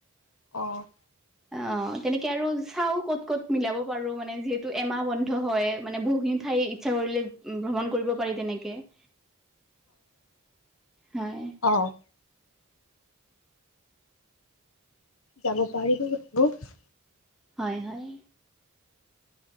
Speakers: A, on the left; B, in the centre.
A: অ'
B: অ তেনেকে আৰু চাও ক'ত ক'ত মিলাব যিহেতু এমাহ বন্ধ হয় মানে বহুখিনি ঠাই ইচ্ছা কৰিলে ভ্ৰমণ কৰিব পাৰি তেনেকে। <inaudible> হয়
A: অ' যাব পাৰিব লাগিব।
B: হয়, হয়।